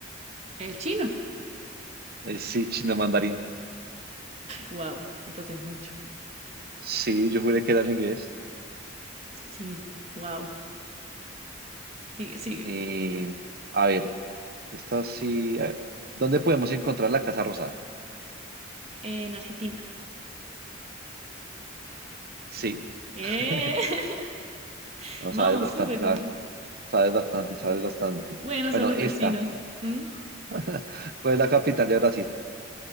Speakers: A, on the right; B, on the right.
A: el chino.
B: Eh, sí, chino mandarín.
A: Wow, entonces mucho.
B: Sí, yo juré que era el inglés.
A: Sí, wow. Sí, sí.
B: Eh, a ver. Esto sí. a ver, ¿Dónde podemos encontrar la Casa Rosada?
A: En Argentina.
B: Sí.
A: ¡Eh!
B: <laughs>
A: <laughs>
B: No,
A: Vamos,
B: sabes bastante,
A: súper
B: sabes,
A: bien.
B: sabes bastante, sabes bastante.
A: Bueno,
B: Bueno,
A: son los
B: esta.
A: vecinos. ¿Mm?
B: <laughs> ¿Cuál es la capital de Brasil?